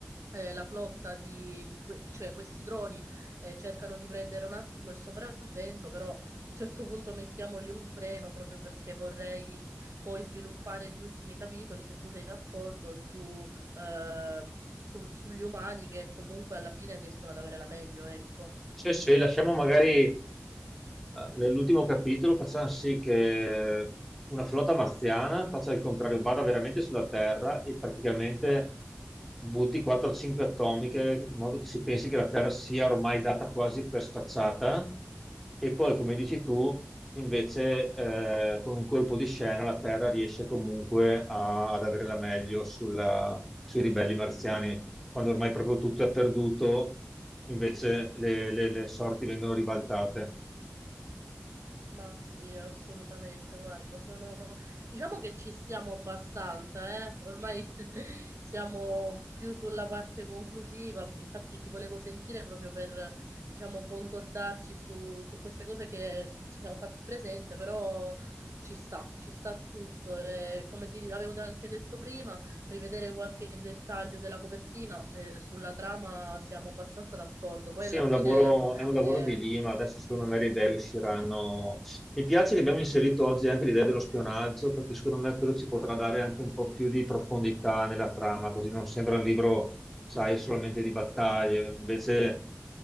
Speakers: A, on the right (about 75°); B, in the centre.
A: eh, la flotta di, di que- cioè questi droni eh, cercano di prendere un attimo il sopravvento, però a un certo punto mettiamogli un freno proprio perché vorrei poi sviluppare gli ultimi capitoli, se tu sei d'accordo, su, eh, su- sugli umani che comunque alla fine riescono ad avere la meglio, ecco.
B: sì, sì, lasciamo magari eh, nell'ultimo capitolo, facciamo sì che una flotta marziana faccia il contrario, vada veramente sulla Terra e praticamente butti 4-5 atomiche, in modo che si pensi che la Terra sia ormai data quasi per spacciata E poi, come dici tu, invece, eh, con un colpo di scena la Terra riesce comunque a- ad avere la meglio sulla- sui ribelli marziani. Quando ormai proprio tutto è perduto, invece le le- le sorti vengono ribaltate.
A: Ma sì, assolutamente. Guarda, sono... diciamo che ci stiamo abbastanza, eh? Ormai <laughs> siamo più sulla parte conclusiva. Infatti, ti volevo sentire proprio per, diciamo, concordarci su, su queste cose che ci siamo fatti presente, però ci sta, ci sta tutto. E come ti avevo anche detto prima, rivedere qualche dettaglio della copertina, eh, sulla trama siamo abbastanza d'accordo. Poi
B: Sì,
A: alla
B: è un
A: fine,
B: lavoro, è un lavoro
A: eh,
B: di lima, adesso secondo me le idee usciranno. Mi piace che abbiamo inserito oggi anche l'idea dello spionaggio, perché secondo me quello ci potrà dare anche un po' più di profondità nella trama, così non sembra un libro, sai, solamente di battaglie, invece